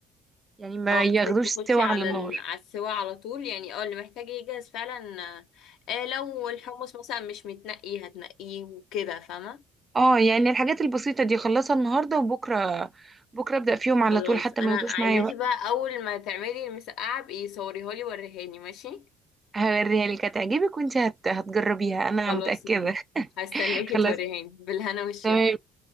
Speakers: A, on the right; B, on the left.
A: يعني ما
B: اه قصدك
A: ياخدوش
B: تخشي
A: سوا
B: على
A: على النار
B: ال... على السوا على طول يعني اه اللي محتاج يجهز فعلا آه، لو الحمص مثلا مش متنقي هتنقيه وكده فاهمة
A: اه يعني الحاجات البسيطة دي خلصها النهاردة وبكرة بكرة ابدأ فيهم على
B: خلاص
A: طول حتى ما
B: انا
A: ياخدوش
B: عايزاكي
A: معايا وقت
B: بقى اول ما تعملي المسقعه بقي صوريها لي وريهاني ماشي
A: هوريها لك هتعجبك وانت هت... هتجربيها انا
B: خلاص
A: متأكدة
B: ماشي هستناكي
A: <laughs> خلاص
B: توريهاني بالهنا والشفا
A: تمام